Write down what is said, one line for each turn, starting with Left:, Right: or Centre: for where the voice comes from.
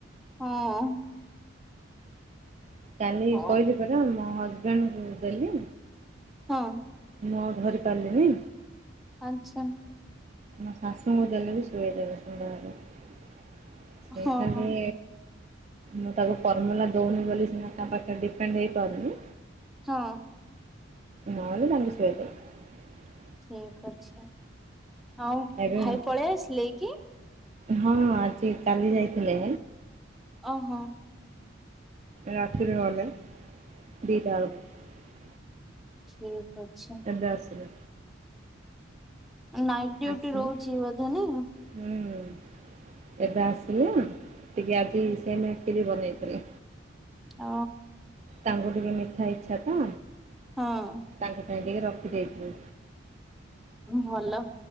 Centre: ହଁ।
Right: କାଲି
Centre: ହଁ
Right: କହିଲି ପରା ମୋ ହଜବେଣ୍ଡ ଙ୍କୁ ଦେଲି।
Centre: ହଁ।
Right: ମୁଁ ଧରି ପାରିଲିନି।
Centre: ଆଚ୍ଛା।
Right: ମୋ ଶାଶୁଙ୍କୁ ଦେଲେ ବି ଶୁଇଦେବେ ସୁନ୍ଦର ଭାବେ। ସେଇ
Centre: ହଁ
Right: ଖାଲି
Centre: ହଁ
Right: ମୁଁ ତାକୁ ଫର୍ମୁଲା ଦଉନି ବୋଲି ସିନା କାହା ପାଖରେ ଡିପେଣ୍ଡ ହେଇପାରୁନି।
Centre: ହଁ।
Right: ନହଲେ ମମି ସୁଏଇଦେବେ।
Centre: ଠିକ୍ ଅଛି ଆଉ
Right: ଏବେ
Centre: ଭାଇ ପଳେଇ ଆସିଲେ କି?
Right: ହଁ ଆଜି ଚାଲି ଯାଇଥିଲେ।
Centre: ଓହୋ।
Right: ରାତିରେ ଗଲେ ଦିଟା ବେଳକୁ।
Centre: ଠିକ୍ ଅଛି।
Right: ଏବେ ଆସିଲେ
Centre: ନାଇଟ୍ ଡିଉଟି
Right: ଆସିନି
Centre: ରହୁଛି ବୋଧେ ନାଇଁ?
Right: ହୁଁ। ଏବେ ଆସିଲେ ଟିକେ ଆଜି ସେମେଇ ଖିରି ବନେଇଥିଲି।
Centre: ଅ
Right: ତାଙ୍କୁ ଟିକେ ମିଠା ଇଛା ତ
Centre: ହଁ।
Right: ତାଙ୍କ ପାଇଁ ଟିକେ ରଖିଦେଇଥିଲି।
Centre: ଭଲ